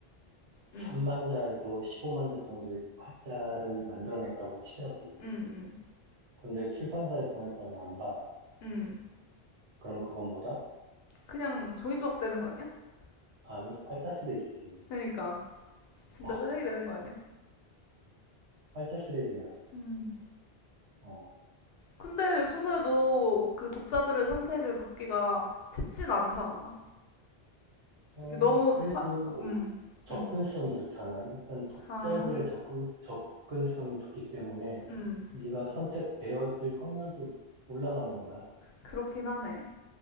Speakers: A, on the right (about 80°); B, on the left (about 75°).
A: 13만
B: 음,
A: 자에서 15만 자 정도의 활자를 만들어냈다고 치자고.
B: 음, 음,
A: 근데 출판사에 보냈더니 안 받아.
B: 음.
A: 그럼 그건 뭐다?
B: 그냥 종이 조각 되는 거 아니야?
A: 아니, 활자 쓰레기지.
B: 그러니까. 진짜
A: <laughs>
B: 쓰레기 되는 거 아니야?
A: 활자 쓰레기야.
B: 음.
A: 어,
B: 근데 웹소설도 그 독자들의 선택을 받기가 쉽진 않잖아.
A: 어,
B: 이게 너무
A: 그래도
B: 파, 음,
A: 접근성이
B: 음.
A: 좋잖아. 일단 독자들의
B: 아,
A: 접근, 접근성이 좋기 때문에
B: 음.
A: 네가 선택되어질 확률도 올라가는 거야.
B: 그렇긴 하네.